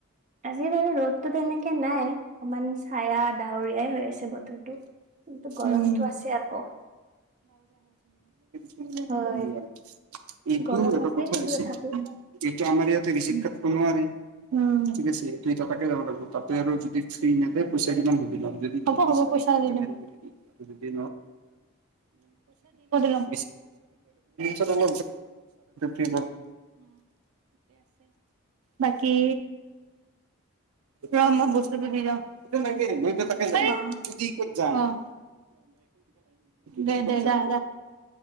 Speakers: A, on the right; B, on the right.
A: আজি বাৰু ৰ'দতো কেনে একে নাই অকমান ছায়া ডাৱৰীয়াই হৈ আছে বতৰটো কিন্তু গৰমতটো
B: উম
A: আছে আকৌ
B: কি হল এতিয়া
A: হয়
B: এইটো
A: গৰম
B: এটা কথা
A: কিন্তু
B: আছে
A: তথাপিও
B: যিটো আমাৰ ইয়াতে ঋচিভ ক নোৱাৰি ঠিক আছে কিন্তু ত তাকে যাব নোৱাৰি ফ্ৰৰক যদি নিদিযেহব‌হব‌ পইচা দিব দি লম কধ ল পতি বাকী ৰ মই বস্তটো দি যাওং তোৰ না কি একেটা হেই
A: অ
B: কি কৰিথাকে যায অহ দে দে যায়।